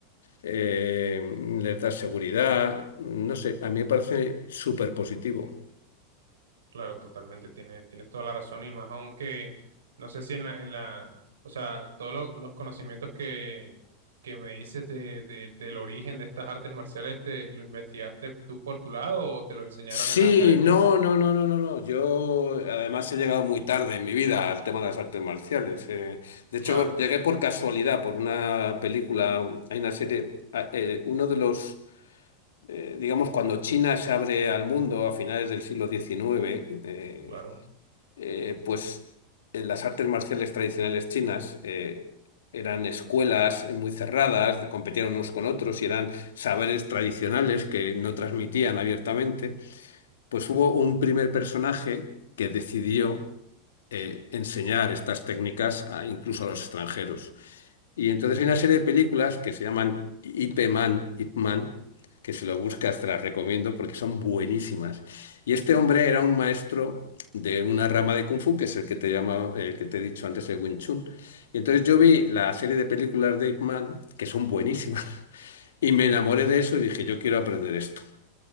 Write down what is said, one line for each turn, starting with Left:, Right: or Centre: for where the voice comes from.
Left: eh, les das seguridad, no sé, a mí me parece súper positivo.
Right: Claro, totalmente, tiene, tienes toda la razón y más aunque, no sé si en la, en la, o sea, todos lo- los conocimientos que, que me dices de, de- del origen de estas artes marciales, ¿te lo investigaste tú por tu lado o te lo enseñaron
Left: Sí,
Right: en las academias?
Left: no, no, no, no, no, no. Yo además he llegado muy tarde en mi vida al tema de las artes marciales. eh. De hecho,
Right: Claro,
Left: llegué por casualidad, por una película, hay una serie, a- eh, uno de los, eh, digamos, cuando China se abre al mundo a finales del siglo XIX, eh,
Right: claro,
Left: eh, pues eh, las artes marciales tradicionales chinas eh, eran escuelas muy cerradas, competían unos con otros y eran saberes tradicionales que no transmitían abiertamente. Pues hubo un primer personaje que decidió eh, enseñar estas técnicas a- incluso a los extranjeros. Y entonces hay una serie de películas que se llaman Ip Man, Ip Man, que si lo buscas te las recomiendo porque son buenísimas. Y este hombre era un maestro de una rama de Kung Fu, que es el que te llama, el que te he dicho antes, el Wing Chun. Y entonces yo vi la serie de películas de Ip Man, que son buenísimas, <laughs> y me enamoré de eso y dije, yo quiero aprender esto.